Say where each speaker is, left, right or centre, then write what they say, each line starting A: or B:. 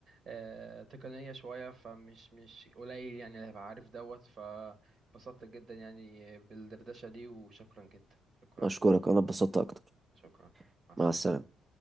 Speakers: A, on the right (about 55°); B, on the right (about 25°).
A: آه، تقنية شوية فمش مش قليل يعني اللي هيبقى عارف دوت فبسطت جدا يعني بالدردشة دي وشكرا جدا شكرا
B: أشكرك أنا اتبسطت أكتر
A: شكرا مع السلامة
B: مع السلامة